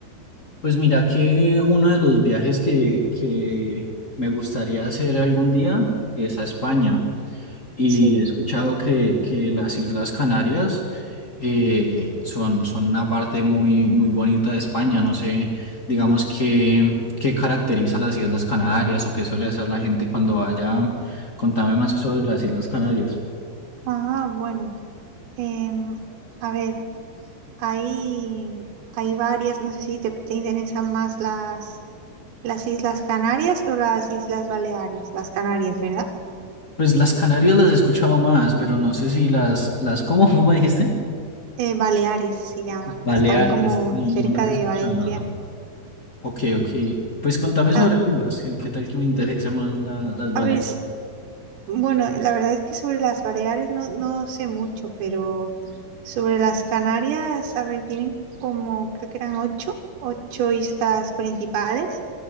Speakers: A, on the left; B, on the right.
A: Pues mira que uno de los viajes que, que me gustaría hacer algún día es a España. y
B: Sí.
A: he escuchado que, que las Islas Canarias eh, son, son una parte muy, muy bonita de España. No sé, digamos, qué, qué caracteriza las Islas Canarias o qué suele hacer la gente cuando vaya. Contame más sobre las Islas Canarias.
B: Ah, bueno. em, a ver, hay, hay varias, no sé si te, te interesan más las, las Islas Canarias o las Islas Baleares, las Canarias, ¿verdad?
A: Pues las Canarias las he escuchado más, pero no sé si las, las, ¿cómo, cómo dijiste?
B: Eh, Baleares se llaman,
A: Baleares,
B: están como
A: no
B: cerca
A: no las
B: de
A: he escuchado.
B: Valencia.
A: Ok, ok. Pues contame
B: A,
A: sobre ambas. ¿Qué qué tal que me interesa más la- las Baleares?
B: a ver, es- Bueno, la verdad es que sobre las Baleares no, no sé mucho, pero sobre las Canarias, a ver, tienen como, creo que eran ocho, ocho islas principales.